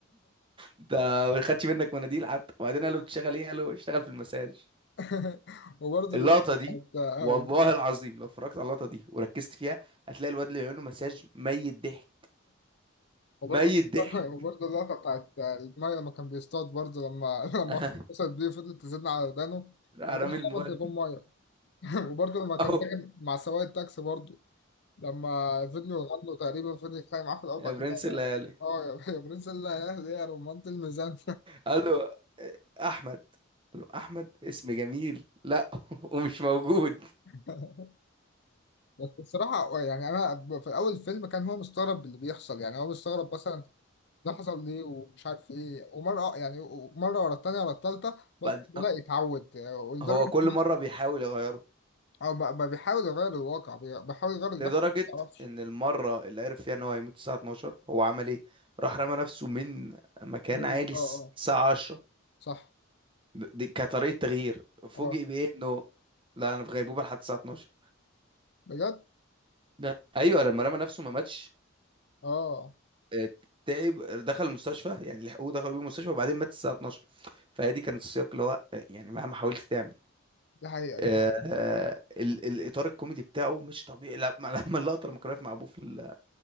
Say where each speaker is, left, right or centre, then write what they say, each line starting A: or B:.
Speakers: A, on the right; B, on the left.
A: ده ما خدش منك مناديل حتى وبعدين قال له بتشتغل ايه قال له اشتغل في المساج
B: <laughs> وبرضه
A: اللقطة
B: اللقطة
A: دي
B: بتاعت آه،
A: والله العظيم لو اتفرجت على اللقطة دي وركزت فيها هتلاقي الواد اللي بيعمله مساج ميت ضحك
B: وبرضه
A: ميت ضحك
B: <laughs> وبرضه اللقطة بتاعت المية لما كان بيصطاد برضه لما <laughs> لما
A: <laughs>
B: اخته اتصلت بيه فضلت تزن على ودانه
A: راح
B: الله
A: رامي
B: خبط
A: الموبايل
B: تليفون مية <laughs> وبرضه لما كان
A: اهو
B: راجع مع سواق التاكسي برضه لما فضلوا يغنوا تقريبا فضل يتخانق معاه في الأول
A: يا
B: بعد
A: برنس
B: كده
A: الليالي
B: اه يا <laughs> يا برنس الله يا أهل يا رمانة الميزان
A: قال له احمد قال له احمد اسم جميل لا <laughs> ومش موجود
B: <laughs> بس بصراحة آه، يعني أنا في أول الفيلم كان هو مستغرب اللي بيحصل يعني هو مستغرب مثلا ده حصل ليه ومش عارف إيه ومرة آه، يعني مرة ورا التانية ورا التالتة بد-
A: بعد
B: بدأ يتعود آه، ولدرجة
A: هو كل
B: إن
A: مره بيحاول يغيره
B: هو آه، بقى بقى بيحاول يغير الواقع بي- بيحاول يغير اللي
A: لدرجه
B: بيحصل ما تعرفش
A: ان المره اللي عرف فيها ان هو هيموت الساعه 12 هو عمل ايه راح رمى نفسه من مكان
B: آه
A: عالي
B: آه
A: الس- الساعه 10
B: صح
A: ب- دي كطريقه تغيير فوجئ
B: آه
A: بايه انه لا انا في غيبوبه لحد الساعه 12
B: بجد
A: ده ايوه لما رمى نفسه ما ماتش
B: آه
A: آه، تعب دخل المستشفى يعني لحقوه دخلوا بيه المستشفى وبعدين مات الساعة 12 فهي دي كانت السياق اللي هو آه، يعني مهما حاولت تعمل
B: دي حقيقة دي
A: آه،
B: حقيقة
A: آه، ال- الإطار الكوميدي بتاعه مش طبيعي لما لما اللقطة لما كان واقف مع أبوه في ال-